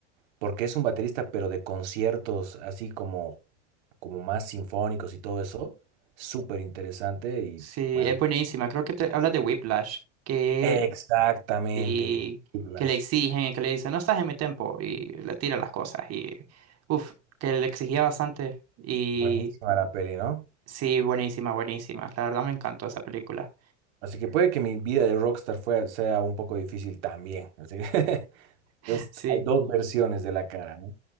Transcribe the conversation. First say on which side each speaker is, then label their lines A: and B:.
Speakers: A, on the right; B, on the right.
A: porque es un baterista, pero de conciertos así como, como más sinfónicos y todo eso. Súper interesante y
B: sí,
A: bueno.
B: es buenísima. Creo que te hablas de Whiplash, que
A: Exactamente,
B: y
A: de Whiplash.
B: que le exigen y que le dicen, no estás en mi tiempo y le tira las cosas y uff, que le exigía bastante y
A: Buenísima la peli, ¿no?
B: sí, buenísima, buenísima. La verdad me encantó esa película.
A: Así que puede que mi vida de rockstar fue- sea un poco difícil también. así que, <laughs>
B: <laughs>
A: pues
B: Sí,
A: hay dos versiones de la cara, ¿no?